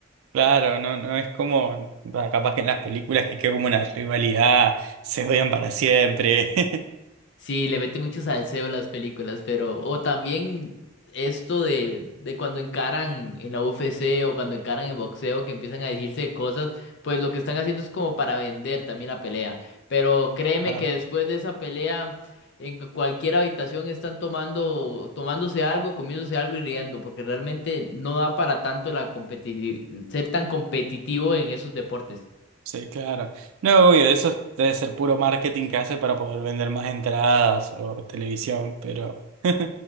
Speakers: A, on the right (about 75°); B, on the left (about 55°).
A: claro, no, no es como, bah, capaz que en las películas que queda como una rivalidad, se odian para siempre. <laughs>
B: Sí, le mete mucho salseo a las películas, pero. O también esto de, de cuando encaran en la UFC o cuando encaran en boxeo, que empiezan a decirse cosas, pues lo que están haciendo es como para vender también la pelea. Pero créeme
A: Claro,
B: que después de esa pelea, en cualquier habitación están tomando, tomándose algo, comiéndose algo y riendo, porque realmente no da para tanto la competitividad, ser tan competitivo en esos deportes.
A: sí, claro. No, obvio, eso debe ser puro marketing que hace para poder vender más entradas o televisión, pero <laughs>